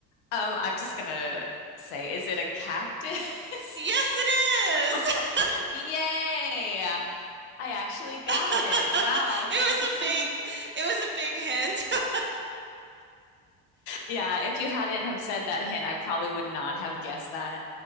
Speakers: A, on the left; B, on the right.
A: Um, I'm just gonna say, is it a cactus?
B: Yes, it
A: <laughs>
B: is.
A: Yay! I actually got
B: <laughs>
A: it. Wow,
B: It was
A: thank you
B: a
A: so
B: big,
A: much.
B: it was a big hint. <laughs>
A: Yeah, if you hadn't have said that hint, I probably would not have guessed that.